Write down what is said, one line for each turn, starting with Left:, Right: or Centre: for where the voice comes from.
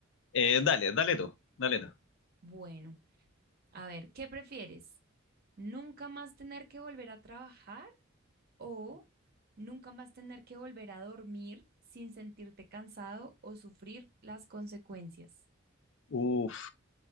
Left: Eh, dale, dale tú, dale tú.
Right: Bueno, a ver, ¿qué prefieres? ¿Nunca más tener que volver a trabajar? O nunca más tener que volver a dormir sin sentirte cansado o sufrir las consecuencias.
Left: Uf.